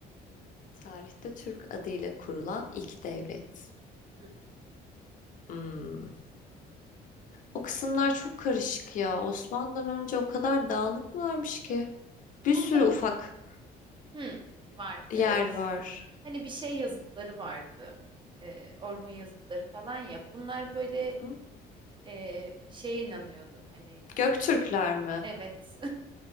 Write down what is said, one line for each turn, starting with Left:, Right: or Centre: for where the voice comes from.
Left: Tarihte Türk adıyla kurulan ilk devlet.
Right: Hı hı.
Left: Hımm. O kısımlar çok karışık ya. Osmanlı'dan önce o kadar dağınık mı varmış ki?
Right: Burada
Left: Bir sürü ufak
Right: Hmm, var
Left: yer
Right: evet.
Left: var.
Right: Hani bir şey yazıtları vardı. Ee, Orhun yazıtları falan ya. Bunlar böyle
Left: Hı?
Right: e, şeye inanıyordu. Hani
Left: Göktürkler mi?
Right: evet.